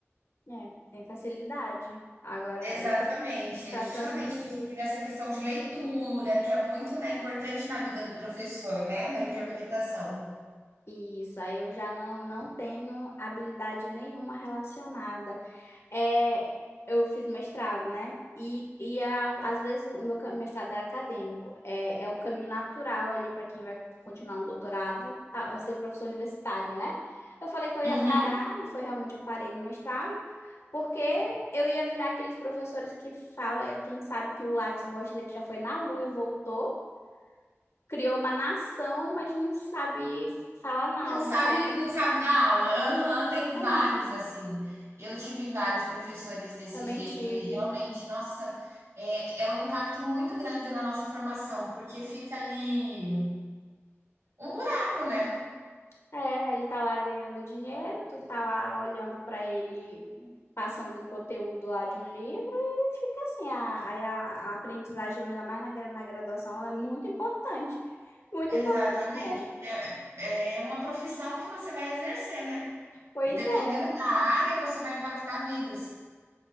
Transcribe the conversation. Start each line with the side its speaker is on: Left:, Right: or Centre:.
Left: É, tem facilidade. Agora,
Right: Exatamente,
Left: aí
Right: é
Left: para
Right: justamente
Left: transmitir.
Right: por isso que nessa questão de leitura, que é muito, né, importante na vida do professor, né, da interpretação.
Left: Isso, aí eu já não, não tenho habilidade nenhuma relacionada. É, eu fiz mestrado, né? E, e a- às vezes o meu cam- mestrado é acadêmico, é, é o caminho natural ali para quem vai continuar no doutorado, tá, ser professor universitário, né? Eu falei que eu ia
Right: Uhum.
Left: parar, e foi realmente eu parei no mestrado, porque eu ia virar aqueles professores que fala, quem sabe que o Lattes mostra ele que já foi na Lua e voltou, criou uma nação, mas não sabe falar nada,
Right: Não sabe
Left: não sabe como.
Right: não sabe dar aula. Aham, tem
Left: Exatamente.
Right: vários assim. Eu tive vários professores desse
Left: Também
Right: jeito
Left: tive.
Right: e realmente, nossa, é é um impacto muito grande na nossa formação, porque fica ali um buraco, né.
Left: É, ele tá lá ganhando dinheiro, tu tá lá olhando pra ele, passando um conteúdo lá de um livro e fica assim, a, aí a, a aprendizagem, mesmo, ainda mais na, gra- na graduação, ela é muito importante, muito
Right: Exatamente,
Left: importante mesmo.
Right: é é uma profissão que você vai exercer, né.
Left: Pois
Right: E dependendo
Left: é,
Right: da área, você vai impactar vidas.